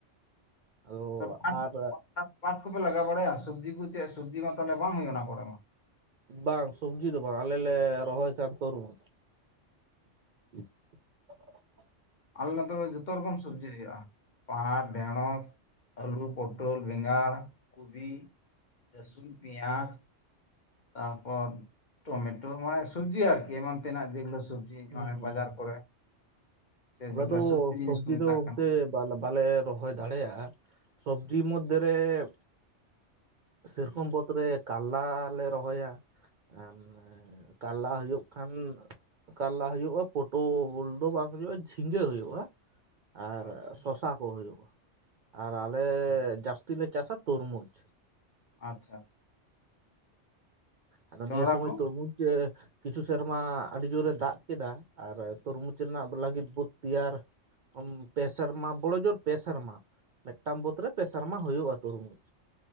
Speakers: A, on the right; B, on the left.
A: ᱟᱫᱚ
B: <inaudible>
A: ᱟᱨ
B: ᱯᱟᱴ ᱠᱚᱯᱮ ᱞᱟᱜᱟᱣ ᱵᱟᱲᱟᱭᱟ ᱥᱚᱵᱽᱡᱤ ᱠᱚ ᱪᱮᱫ ᱥᱚᱵᱽᱡᱤ ᱢᱟ ᱛᱟᱦᱞᱮ ᱵᱟᱝ ᱦᱩᱭᱩᱜᱼᱟ ᱚᱱᱟ ᱠᱚᱨᱮ ᱢᱟ᱾
A: ᱵᱟᱝ ᱥᱚᱵᱽᱡᱤ ᱫᱚ ᱵᱟᱝ, ᱟᱞᱮ ᱞᱮ ᱨᱚᱦᱚᱭ ᱠᱷᱟᱱ ᱛᱚᱨᱢᱩᱡᱽ᱾ <inaudible>
B: ᱟᱞᱮ ᱱᱚᱛᱮ ᱢᱟ ᱡᱚᱛᱚ ᱨᱚᱠᱚᱢ ᱥᱚᱵᱽᱡᱤ ᱦᱩᱭᱩᱜᱼᱟ, ᱯᱟᱦᱟᱴ ᱰᱷᱮᱬᱚᱸᱥ ᱟᱹᱞᱩ, ᱯᱚᱴᱚᱞ, ᱵᱮᱸᱜᱟᱲ, ᱠᱩᱵᱤ, ᱨᱟᱹᱥᱩᱱ, ᱯᱮᱸᱭᱟᱡᱽ ᱛᱟᱯᱚᱨ ᱴᱚᱢᱮᱴᱳ ᱢᱟᱱᱮ ᱥᱚᱵᱽᱡᱤ ᱟᱨᱠᱤ ᱮᱢᱟᱱ ᱛᱮᱱᱟᱜ ᱡᱮᱜᱩᱞᱟᱹ ᱥᱚᱵᱽ <unintelligible>
A: ᱦᱩᱸ
B: ᱢᱟᱱᱮ
A: ᱦᱩᱸ
B: ᱵᱟᱡᱟᱨ
A: ᱦᱩᱸ
B: ᱠᱚᱨᱮ ᱥᱮ ᱡᱮᱜᱩᱞᱟ‌ᱥᱚᱵᱽᱡᱤ
A: ᱫᱚ ᱥᱚᱵᱽᱡᱤ
B: ᱡᱤᱱᱤᱥ ᱠᱚ ᱢᱮᱛᱟᱜ
A: ᱫᱚ ᱚᱱᱛᱮ
B: ᱠᱟᱱᱟ᱾
A: ᱟᱞᱮ ᱵᱟᱞᱮ ᱨᱚᱦᱚᱭ ᱫᱟᱲᱮᱭᱟᱜᱼᱟ ᱥᱚᱵᱽᱡᱤ ᱢᱚᱫᱽᱫᱷᱮᱨᱮ ᱥᱮᱨᱚᱠᱚᱢ ᱵᱳᱛ ᱨᱮ ᱠᱟᱞᱞᱟ ᱞᱮ ᱨᱚᱦᱚᱭᱟ, ᱮᱸ ᱠᱟᱞᱞᱟ ᱦᱩᱭᱩᱜ ᱠᱷᱟᱱ ᱠᱟᱞᱞᱟ ᱦᱩᱭᱩᱜᱼᱟ ᱯᱳᱴᱳᱻᱞ ᱫᱚ ᱵᱟᱝ ᱦᱩᱭᱩᱜᱼᱟ ᱡᱷᱤᱸᱜᱟᱹ ᱦᱩᱭᱩᱜᱼᱟ᱾ ᱟᱨ
B: ᱟᱪᱪᱷᱟ
A: ᱥᱚᱥᱟ ᱠᱚ ᱦᱩᱭᱩᱜᱼᱟ, ᱟᱨ ᱟᱞᱮ
B: ᱟᱪᱪᱷᱟ
A: ᱡᱟᱹᱥᱛᱤ ᱞᱮ ᱪᱟᱥᱟ ᱛᱚᱨᱢᱩᱡᱽ᱾
B: ᱟᱪᱪᱷᱟ ᱟᱪᱪᱷᱟ᱾
A: ᱟᱫᱚ
B: ᱡᱚᱱᱰᱨᱟ
A: ᱱᱤᱭᱟᱹ ᱥᱚᱢᱚᱭ
B: ᱠᱚ
A: ᱛᱩᱨᱢᱩᱽ ᱮ ᱠᱤᱪᱷᱩ ᱥᱮᱨᱢᱟ ᱟᱹᱰᱤ ᱡᱳᱨ ᱮ ᱫᱟᱜ ᱠᱮᱫᱟ ᱟᱨ ᱛᱚᱨᱢᱩᱪ ᱨᱮᱱᱟᱜ <unintelligible> ᱛᱮᱭᱟᱨ ᱯᱮ ᱥᱮᱨᱢᱟ ᱵᱚᱲᱚ ᱡᱳᱨ ᱯᱮ ᱥᱟᱨᱢᱟ᱾ ᱢᱤᱫᱴᱟᱝ ᱵᱟᱹᱛ ᱨᱮ ᱯᱮ ᱥᱮᱨᱢᱟ ᱦᱩᱭᱩᱜᱼᱟ ᱛᱩᱨᱢᱩᱡᱽ,